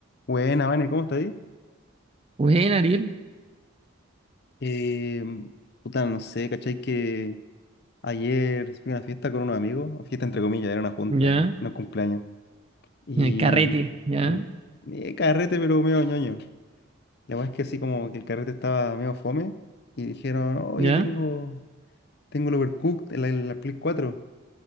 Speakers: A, on the left; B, on the right.
A: Buena, Vane, ¿cómo está ahí?
B: Bueno, Ariel,
A: Eh, puta, no sé, ¿cachai? Que ayer fui a una fiesta con unos amigos, una fiesta entre comillas, era una junta,
B: ya,
A: era unos cumpleaños. Y
B: ya, carrete, ya,
A: eh, un- eh, carrete, pero medio ñoño. La verdad es que así como que el carrete estaba medio fome y dijeron, oye,
B: ya.
A: tengo, tengo el Overcooked, la, la Play cuatro